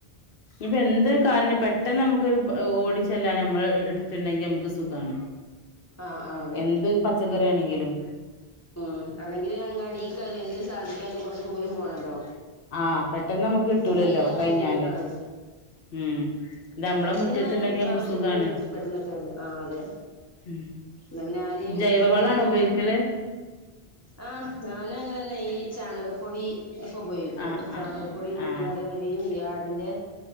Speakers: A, on the left; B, on the left.
A: ഇത് എന്ത് കാരണം പെട്ടെന്ന് നമുക്കൊരു ബ ഓടിച്ചെല്ലൻ നമ്മള് എടുത്തുണ്ടെങ്കി നമുക്ക് സുഖാണ്
B: ആഹ് ആഹ് അതെ
A: എന്ത് പച്ചക്കറിയാണെങ്കിലും
B: ഉം അല്ലെങ്കിൽ അങ്ങാടിയ്ക്ക് എന്ത് സഥാനത്തായാലും കുറച്ച് ദൂരം പോണല്ലോ
A: ആഹ പെട്ടെന്ന് നമുക്ക് കിട്ടൂലല്ലോ
B: അതയിലേറെ
A: കഴിഞ്ഞാല്
B: ബുദ്ധിമുട്ടാണ്
A: ഉം ഇത് നമ്മളെ
B: പെട്ടെന്ന്
A: മുറ്റത്ത്ണ്ടെങ്കി നമ്മക്ക്
B: ആവശ്യത്തിന്
A: സുഖാണ്
B: പെട്ടെന്നക്കെ വരുന്നേ ആ അതെ
A: ഉം
B: ന്ന പിന്നെ ആരെയും
A: ജൈവവളാണോ
B: ഇങ്ങനെ നോ
A: ഉപയോഗിക്കല്
B: ആഹ ഞാനും അങ്ങനെ തന്നെയാ ഈ ചാണക- പ്പൊടി ഒക്കെ ഉപയോഗിക്കും
A: ആഹ്
B: ചാണകപ്പൊടി
A: ആഹ് ആഹ്
B: പിന്നെ അതേ മാതിരി ഈ ആടിന്റെ